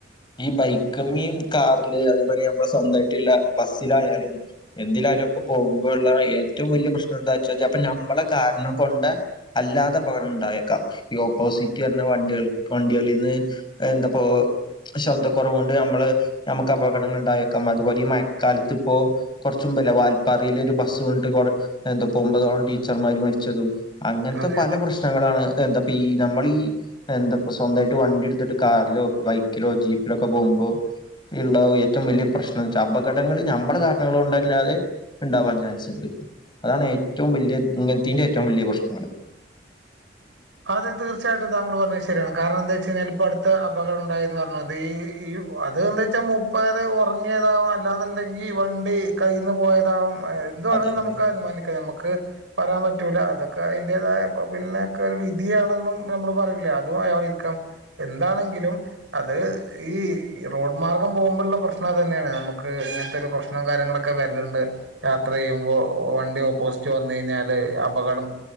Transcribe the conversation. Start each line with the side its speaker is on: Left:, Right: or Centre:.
Left: ഈ ബൈക്കുമ്മേണ് കാറില് അതേ മാതിരി നമ്മള സ്വന്തമായിട്ടുള്ള ബസ്സിലായാലും എന്തിലാലോ ഇപ്പ പോകുമ്പോ ഉള്ള ഏറ്റവും വലിയ പ്രശ്നം എന്താന്ന് വെച്ചാ അപ്പ നമ്മളെ കാരണം കൊണ്ട് അല്ലാതെ പകരം ഉണ്ടായേക്കാം ഈ ഓപ്പോസിറ്റ് വരുന്ന വണ്ടികൾ വണ്ടികളീന്ന് എന്താപ്പോ ശബ്ദക്കൊറവ് കൊണ്ട് നമ്മള് നമുക്ക് അപകടങ്ങൾ ഇണ്ടായേക്കാം അതുപോലെ ഈ മഴക്കാലത്ത് ഇപ്പോ കൊറച്ചും ല്ല വാൽപ്പാറയില് ഒരു ബസ് വീണിട്ട് എന്താ ഒമ്പതോളം ടീച്ചർമാര് മരിച്ചതും അങ്ങനത്തെ
Right: അതെ
Left: പല
Right: അതെ
Left: പ്രശ്നങ്ങളാണ് എന്താ അപ്പൊ ഈ നമ്മളീ എന്താ സ്വന്തായിട്ട് വണ്ടി എടുത്തിട്ട് കാറിലോ ബൈക്കിലോ ലോ ജീപ്പിലൊക്കെ പോകുമ്പോ ഇള്ള ഏറ്റവും വലിയ പ്രശ്നം വെച്ചാ അപകടങ്ങള് ഞമ്മള് കാരണങ്ങൾ കൊണ്ടല്ലാതെ ഇണ്ടാവാൻ ചാൻസ് ഉണ്ട് അതാണ് ഏറ്റവും വലിയ <unintelligible> ഏറ്റവും വലിയ പ്രശ്നങ്ങൾ
Right: അതെ തീർച്ചയായിട്ടും താങ്കള് പറഞ്ഞത് ശരിയാണ് കാരണം എന്താന്ന് വെച്ചാൽ അടുത്ത് അപകടം ഉണ്ടായീന്ന് പറഞ്ഞത് ഈ അത് എന്ത് വെച്ചാൽ മൂപ്പര് ഉ ഒറങ്ങിയതാവാം അല്ലാന്നുണ്ടെങ്കി വണ്ടി കയ്യീന്ന് പോയതാവും എന്തുവാണെങ്കിലും
Left: അതെ അതെ
Right: നമുക്ക് അനുമാനിക്കാം നമുക്ക് പറയാൻ പറ്റൂലാ അതൊക്കെ അതിൻ്റേതായ പിന്നെ വിധിയാണെന്നും നമ്മള് പറയൂലേ അതും <unintelligible> എന്താണെങ്കിലും അത് ഈ ഈ റോഡ് മാർഗ്ഗം പോകുമ്പോളുള്ള പ്രശ്നം അത് തന്നെയാണ് നമുക്ക് ഇങ്ങനത്തെ ഒരു പ്രശ്നവും കാര്യങ്ങളൊക്കെ വരിണിണ്ട് യാത്ര ചെയ്യുമ്പോൾ വണ്ടി ഓപ്പോസിറ്റ് വന്ന് കഴിഞ്ഞാല് അപകടം